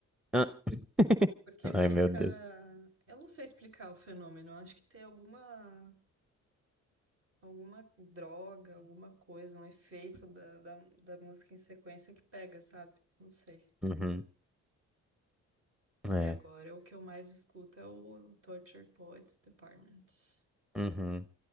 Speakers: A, in the centre; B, on the right.
A: Ah,
B: Porque
A: Ai,
B: fica.
A: meu Deus.
B: Eu não sei explicar o fenômeno. Eu acho que tem alguma. Alguma droga, alguma coisa, um efeito da, da, da música em sequência que pega, sabe? Não sei.
A: Uhum,
B: Daí
A: é.
B: agora o que eu mais escuto é o Tortured Poets Department.
A: Uhum.